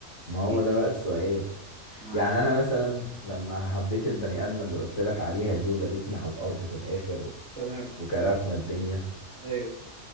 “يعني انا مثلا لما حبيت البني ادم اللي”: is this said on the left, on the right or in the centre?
Left